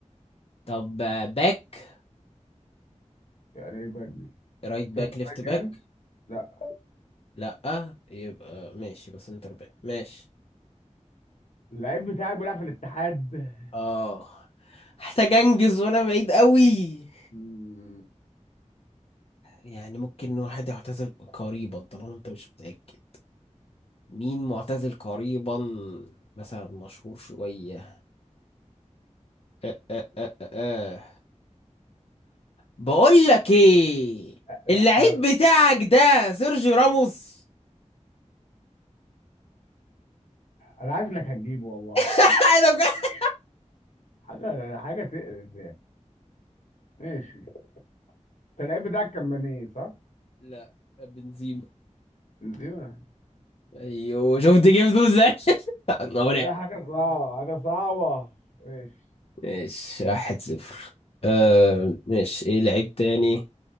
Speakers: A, on the left (about 50°); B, on the left (about 80°).
A: طب آه، باك
B: يعني ايه بدري
A: رايت باك
B: سنتر
A: ليفت
B: باك
A: باك
B: يعني لا
A: لأ يبقى ماشي بس انتر باك ماشي
B: اللعيب بتاعك بيلعب في الاتحاد
A: اه محتاج انجز وانا بعيد قوي
B: مم.
A: يعني ممكن واحد يعتزل قريبا طالما انت مش متأكد مين معتزل قريبا مثلا مشهور شوية أه أه أه أه أه. بقول لك ايه
B: لا لا
A: اللعيب
B: لا،
A: بتاعك ده سيرجيو راموس
B: انا عارف انك هتجيبه والله
A: <laughs> انا بجد
B: حاجه حاجه تقرف يعني ماشي انت اللعيب بتاعك كان مني صح؟
A: لا بنزيما
B: بنزيما
A: ايوه شفت جبته ازاي <laughs> انا
B: لا ده حاجه صعبه حاجه صعبه ماشي
A: ماشي واحد صفر آه ماشي ايه لعيب تاني